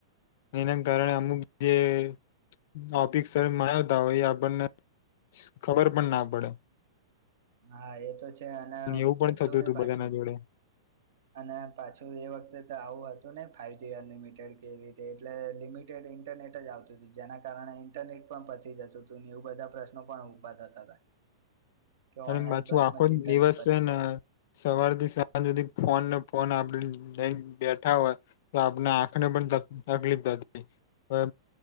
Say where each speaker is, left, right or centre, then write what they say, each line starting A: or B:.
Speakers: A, on the left; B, on the right.
A: એના કારણે અમુક જે ટોપીકસ ભણાવતા હોય એ આપણને ખબર પણ ના પડે
B: હા, એ તો છે અને
A: એવું પણ
B: એટલું
A: થતું
B: નહી
A: હતું
B: પાછું,
A: બધાના જોડે
B: અને પાછું એ વખતે તો આવું હતું ન ફાઈવજી અનલિમિટેડ કેવી રીતે એટલે લિમિટેડ ઇન્ટરનેટ જ આવતું હતું, જેના કારણે ઇન્ટરનેટ પણ પતી જતું હતું ને એવું બધા પ્રશ્નો પણ ઉભા થતા હતા. <inaudible>
A: અને
B: ઓનલાઈન
A: પાછું
B: ક્લાસમાં
A: આખો
B: જ ઇન્ટરનેટ
A: દિવસ
B: પતી
A: છે,
B: જાય
A: ને સવાર થી સાંજ સુધી ફોન આપણે લઈને બેઠા હોય તો આપણે આંખને પણ તકલીફ થતી હ